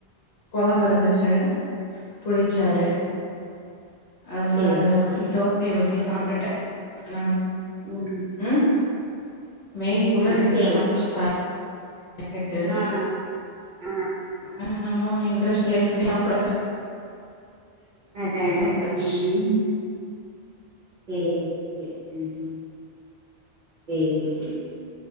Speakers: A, on the left; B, on the right.
A: கொழம்பு இருந்துச்சு புளிச்சாரு அதோட
B: சேரி
A: அத
B: சேரி
A: ஊத்தி தோசைய ஊத்தி சாப்டுட்ட நானு
B: ம்
A: ஆ மேகி கூட ரெண்டு
B: சேரி ஆ சேரி சேரி ம் ஆ சேரி
A: கெடந்துச்சி பா பாக்கெட்டு
B: ஆ ஆ
A: ஆ என்னமோ இன்ட்ரெஸ்ட் இல்ல கிண்டி சாப்புட
B: அதானே
A: சாப்ட்டாச்சு
B: ம் சேரி சேரி ம் ஆமா சேரி கே